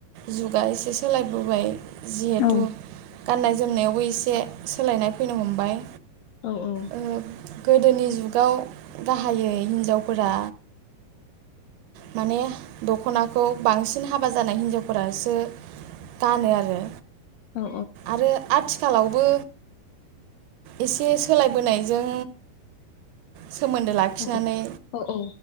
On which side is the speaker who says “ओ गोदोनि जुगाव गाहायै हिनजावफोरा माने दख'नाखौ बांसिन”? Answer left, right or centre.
Right